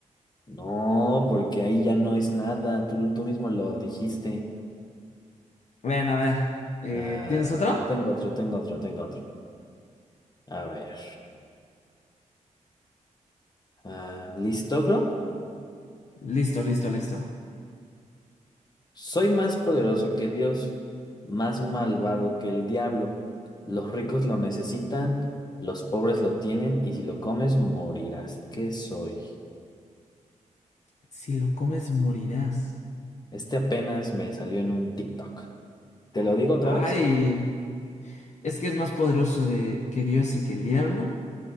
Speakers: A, on the left (about 30°); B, on the left (about 60°).
A: No, porque ahí ya no es nada. Tú, tú mismo lo dijiste.
B: Ven, a ver. eh,
A: Ah,
B: ¿tienes otro?
A: a ver, tengo otro, tengo otro, tengo otro. A ver. Ah, ¿listo, bro?
B: Listo, listo, listo.
A: Soy más poderoso que Dios, más malvado que el diablo. Los ricos lo necesitan, los pobres lo tienen y si lo comes morirás. ¿Qué soy?
B: Si lo comes, morirás.
A: Este apenas me salió en un TikTok. ¿Te lo digo otra
B: Ay,
A: vez?
B: es que es más poderoso de, que Dios y que el diablo.